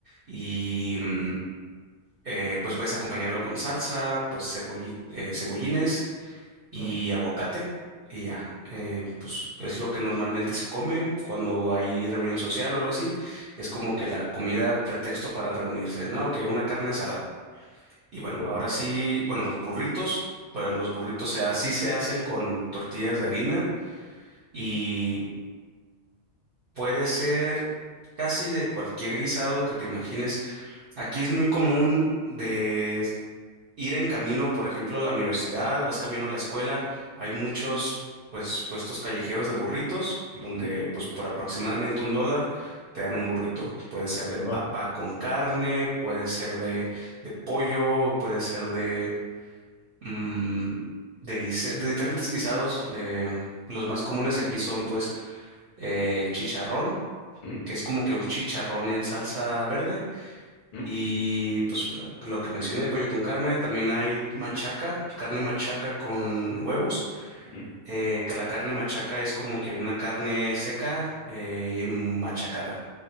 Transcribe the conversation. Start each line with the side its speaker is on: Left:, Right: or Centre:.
Right: Y mm, eh, pues puedes acompañarlo con salsa, pues cebolli- eh, cebollines y
Left: No, no,
Right: aguacate y ya. Eh, pues es lo que normalmente se come cuando hay reunión social o algo así. Es como que la comida pretexto para reunirse, ¿no? Que una carne asada. Y bueno,
Left: joder.
Right: ahora sí, bueno, los burritos, pero los burritos se, así se hacen con tortillas de harina y puede ser casi de cualquier guisado que te imagines. Aquí es muy común de... ir en camino, por ejemplo, a la universidad, vas camino a la escuela, hay muchos pues puestos callejeros de burritos donde
Left: Mm,
Right: pues por aproximadamente un dólar te dan un burrito. Puede ser de
Left: no.
Right: papa con carne, puede ser de, de pollo, puede ser de, mm, de, guise- de diferentes guisados. eh, los más comunes aquí son pues eh, chicharrón,
Left: Mm,
Right: que es como que un chicharrón en salsa verde.
Left: mm,
Right: Y pues lo que mencioné, pollo con carne, también hay machaca, carne machaca con huevos,
Left: mm.
Right: eh, que la carne machaca es como que una carne seca eh, machacada.